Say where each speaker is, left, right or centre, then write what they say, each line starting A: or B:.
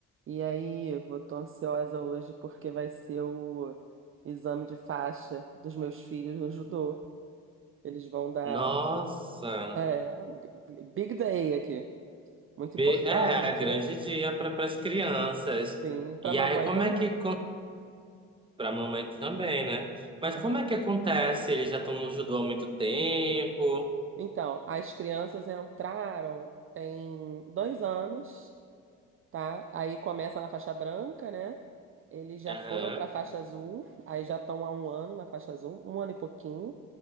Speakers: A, on the right (about 40°); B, on the right (about 15°).
A: E aí, eu vou- tô ansiosa hoje porque vai ser o exame de faixa dos meus filhos no judô. Eles vão dar,
B: Nossa,
A: é, big day aqui, muito
B: Be-
A: importante,
B: é é grande
A: né?
B: dia para as crianças.
A: sim, para
B: E
A: mamãe
B: aí, como
A: também.
B: é que para a mamãe também, né? Mas
A: Aham.
B: como é que acontece? Eles já estão no judô há muito tempo.
A: Então, as crianças entraram tem dois anos, tá? Aí começa na faixa branca, né? Eles já
B: Aham.
A: foram para faixa azul, aí já estão há um ano na faixa azul, um ano e pouquinho,